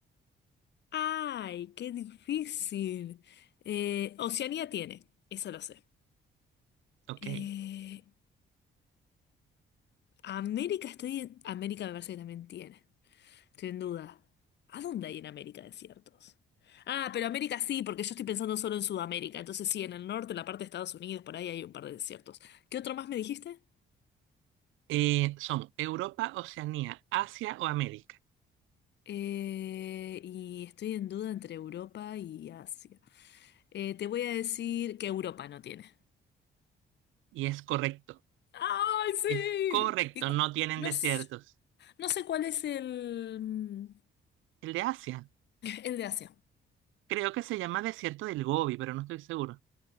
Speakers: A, on the left; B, on the right.
A: Ay, qué difícil. Eh, Oceanía tiene, eso lo sé.
B: Ok.
A: Eh, América estoy en... América me parece que también tiene. Estoy en duda. ¿A dónde hay en América desiertos? Ah, pero América sí, porque yo estoy pensando solo en Sudamérica. Entonces sí, en el norte, en la parte de Estados Unidos, por ahí hay un par de desiertos. ¿Qué otro más me dijiste?
B: Eh, son Europa, Oceanía, Asia o América.
A: Eh, y estoy en duda entre Europa y Asia. Eh, te voy a decir que Europa no tiene.
B: Y es correcto,
A: ¡Ay, sí!
B: es correcto,
A: Y cu-
B: no tienen
A: no,
B: desiertos.
A: s- no sé cuál es el,
B: El de Asia,
A: el de Asia.
B: Creo que se llama Desierto del Gobi, pero no estoy seguro.